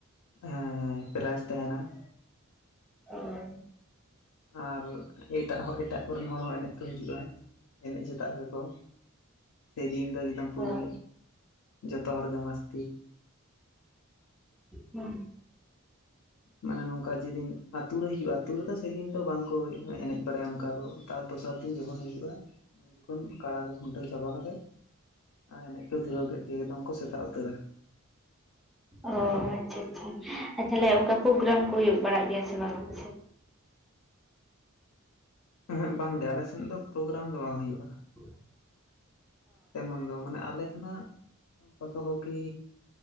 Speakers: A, on the left; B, in the centre.
A: ᱦᱮᱸ ᱯᱨᱟᱭᱤᱡᱽ ᱛᱟᱦᱮᱱᱟ ᱾
B: ᱳᱭ
A: ᱟᱨ ᱮᱴᱟᱜ ᱮᱴᱟᱜ ᱠᱚ ᱨᱮᱱ ᱦᱚᱲ ᱦᱚᱸ ᱮᱱᱮᱡ ᱠᱚ ᱦᱤᱡᱩᱜᱼᱟ ᱾ ᱮᱱᱮᱡ ᱥᱮᱛᱟᱜ ᱜᱮ ᱠᱚ ᱥᱮᱫᱤᱱ ᱫᱚ ᱮᱠᱫᱚᱢ ᱯᱩᱨᱟ
B: ᱚ
A: ᱡᱚᱛᱚ ᱦᱚᱲ ᱜᱮ ᱢᱟᱥᱛᱤ
B: ᱦᱩᱸ
A: ᱢᱟᱱᱮ ᱱᱚᱝᱠᱟ ᱡᱮᱫᱤᱱ ᱟᱛᱩ ᱨᱮ ᱦᱩᱭᱩᱜᱼᱟ ᱟᱛᱩ ᱨᱮ ᱫᱚ ᱥᱮ ᱫᱤᱱ ᱫᱚ ᱵᱟᱝᱠᱚ ᱮᱱᱮᱡ ᱵᱟᱲᱟᱭᱟ ᱚᱱᱠᱟ ᱫᱚ ᱾ ᱛᱟᱨ ᱫᱚᱥᱟᱨ ᱫᱤᱱ ᱡᱚᱠᱷᱚᱱ ᱦᱩᱭᱩᱜᱼᱟ ᱩᱱ ᱡᱚᱠᱷᱚᱱ ᱠᱟᱲᱟ ᱠᱚ ᱠᱷᱩᱱᱴᱟᱹᱣ ᱪᱟᱵᱟ ᱠᱟᱛᱮᱜ ᱟᱨ ᱮᱱᱮᱡ ᱠᱚ ᱫᱷᱩᱨᱟᱹᱣ ᱠᱮᱫ ᱜᱮ ᱮᱠᱫᱚᱢ ᱠᱚ ᱥᱮᱛᱟᱜ ᱩᱛᱟᱹᱨᱟ
B: ᱚ ᱟᱪᱪᱷᱟ ᱟᱪᱪᱷᱟ ᱾ ᱟᱨ ᱛᱟᱦᱚᱞᱮ ᱚᱱᱠᱟ ᱯᱨᱳᱜᱨᱟᱢ ᱠᱚ ᱦᱩᱭᱩᱜ ᱵᱟᱲᱟ ᱜᱮᱭᱟ ᱥᱮ ᱵᱟᱝᱼᱟ ᱟᱯᱮ ᱥᱮᱫ?
A: ᱩᱦᱩᱸ ᱵᱟᱝ ᱜᱮ ᱟᱞᱮ ᱥᱮᱫ ᱫᱚ ᱯᱨᱳᱜᱨᱟᱢ ᱫᱚ ᱵᱟᱝ ᱦᱩᱭᱩᱜᱼᱟ᱾
B: <inaudible>
A: ᱛᱮᱢᱚᱱ ᱫᱚ ᱢᱟᱱᱮ ᱟᱞᱮ ᱠᱷᱚᱱᱟᱜ ᱯᱟᱠᱟᱼᱯᱟᱠᱤ